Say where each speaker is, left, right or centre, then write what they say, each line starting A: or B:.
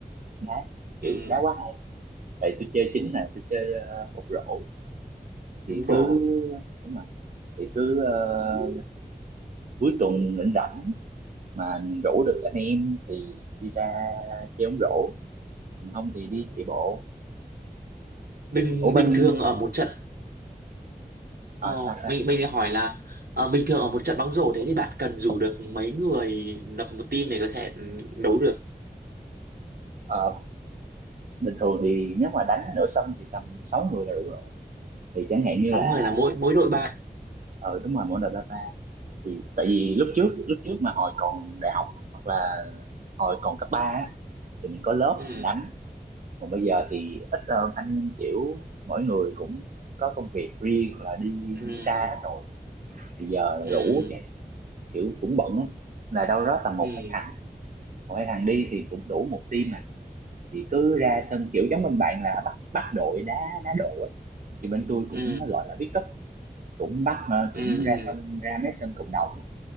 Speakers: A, on the right (about 55°); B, on the right (about 70°).
A: đá kiểu
B: ừ
A: đá quá hay tại tôi chơi chính là tôi chơi uh, ốc rổ thì
B: đúng rồi
A: cứ đúng rồi thì cứ ờ, cuối tuần rảnh rảnh mà rủ được anh em thì đi ra chơi bóng rổ không thì đi chạy bộ
B: bình
A: ủa
B: bình
A: bên
B: thường ở một trận
A: à,
B: ờ,
A: sao sao
B: mình mình lại hỏi là ờ, bình thường ở một trận bóng rổ thế thì bạn cần rủ được mấy người lập một team để có thể ừ, đấu được
A: Ờ, bình thường thì nếu mà đánh nửa sân thì tầm 6 người là đủ rồi thì chẳng hạn như
B: sáu
A: là
B: người là mỗi mỗi đội ba
A: ờ đúng rồi mỗi đội ba ba thì tại vì lúc trước lúc trước mà hồi còn đại học hoặc là hồi còn cấp ba á, thì mình có lớp
B: ừ
A: mình đánh còn bây giờ thì ít hơn anh em kiểu mỗi người cũng có công việc riêng hoặc là đi,
B: ừ
A: đi xa hết rồi bây giờ
B: ừ
A: rủ chắc kiểu cũng bận á là đâu đó tầm một
B: ừ
A: hai thằng một hai thằng đi thì cũng đủ một team mà thì cứ ra sân kiểu giống bên bạn là bắt bắt đội đá đá độ á. thì bên tôi cũng
B: ừ
A: gọi là pick up cũng bắt mà
B: ừ
A: cũng
B: ừ
A: ra sân ra mấy sân cộng đồng